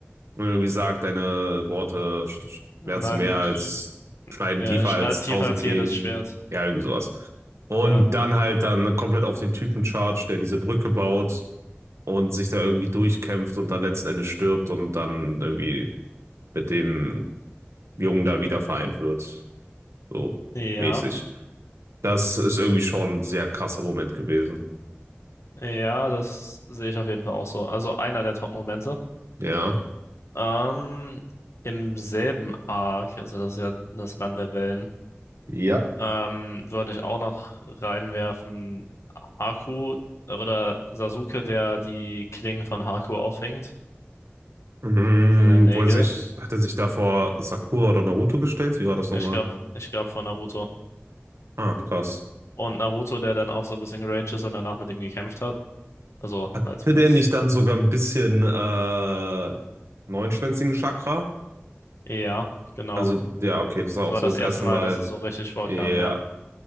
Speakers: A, on the right; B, on the left.
A: Und irgendwie sagt, deine Worte sch- schmerzen
B: Schneiden,
A: mehr als,
B: sch-
A: schneiden
B: ja,
A: tiefer
B: schneiden
A: als
B: tiefer
A: tausend
B: als
A: Kehlen.
B: jedes Schwert.
A: Ja, irgendwie sowas. Und
B: Ja.
A: dann halt dann komplett auf den Typen charge, der diese Brücke baut und sich da irgendwie durchkämpft und dann letzten Endes stirbt und dann irgendwie mit dem Jungen da wieder vereint wird. So
B: Ja.
A: mäßig. Das ist irgendwie schon ein sehr krasser Moment gewesen.
B: Ja, das sehe ich auf jeden Fall auch so. Also einer der Top-Momente.
A: Ja.
B: Ähm, im selben Arc, also das ist ja das Land der Wellen,
A: Ja.
B: ähm, würde ich auch noch reinwerfen, Haku äh, oder Sasuke, der die Klingen von Haku auffängt.
A: Mhm,
B: Diese Nägel.
A: wo er sich, hat er sich da vor Sakura oder Naruto gestellt? Wie war das nochmal?
B: Ich glaube, ich glaube von Naruto.
A: Ah, krass.
B: Und Naruto, der dann auch so ein bisschen geraged ist und danach mit ihm gekämpft hat. Also
A: Hätte
B: halt mit,
A: der nicht dann sogar ein bisschen äh, neunschwänzigen Chakra?
B: ja, genau.
A: Also, ja, okay, das war
B: Das
A: auch
B: war
A: so
B: das
A: das
B: erste
A: erste
B: Mal,
A: Mal.
B: dass es so richtig vorkam,
A: Ja,
B: ja.